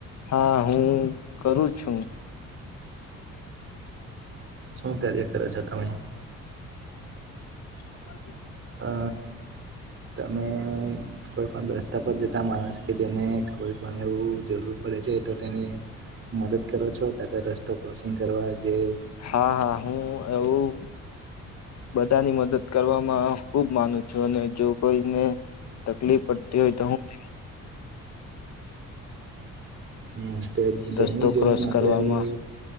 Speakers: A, on the left (about 60°); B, on the right (about 45°).
A: હા હું કરું છું.
B: શું કાર્ય કરો છો તમે?
A: <inaudible> <inaudible> <unintelligible>
B: અ તમે કોઈ પણ રસ્તા પર જતા માણસ કે જેને કોઈ પણ એવું જરૂર પડે છે તો તેને મદદ કરો છો કાતો રસ્તો ક્રોસિંગ કરવા જે
A: હા હા હું એવું બધાની મદદ કરવામાં ખુબ માનું છું અને જો કોઈને તકલીફ પડતી હોય તો હું <inaudible> <inaudible>
B: હમ તે દૈનિક
A: રસ્તો
B: જીવનમાં
A: ક્રોસ
B: આપડે
A: કરવામાં
B: આવું